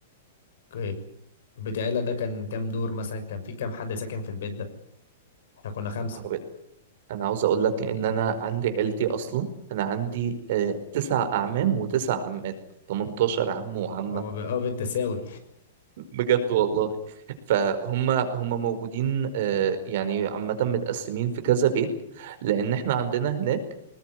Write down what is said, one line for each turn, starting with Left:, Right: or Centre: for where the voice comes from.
Left: اوكي بيت عيله ده كان كام دور مثلا كان في كام حد ساكن في البيت ده احنا كنا خمسه
Right: يا نهار أبيض. انا عاوز اقول لك ان انا عندي عيلتي اصلا انا عندي آه، تسع اعمام وتسع عمات 18 عم وعمه
Left: او ب- اه بالتساوي
Right: بجد والله فهم هم موجودين آه، يعني عامه متقسمين في كذا بيت لان احنا عندنا هناك